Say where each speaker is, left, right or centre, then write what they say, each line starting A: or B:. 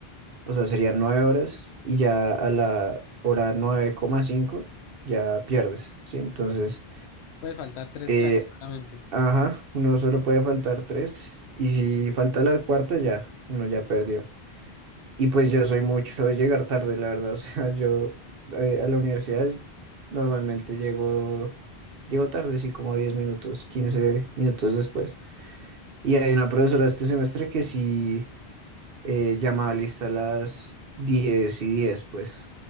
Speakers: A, on the right; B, on the left.
A: o sea, serían nueve horas y ya a la hora nueve coma cinco ya pierdes, ¿sí? Entonces,
B: Puede faltar tres
A: eh,
B: clases solamente.
A: ajá, uno solo puede faltar tres y si falta la cuarta ya, uno ya perdió. Y pues yo soy mucho de llegar tarde, la verdad. <laughs> O sea, yo eh, a la universidad normalmente llego, llego tarde, sí, como 10 minutos, 15 minutos después. Y hay una profesora este semestre que sí eh, llama lista a las diez y diez pues.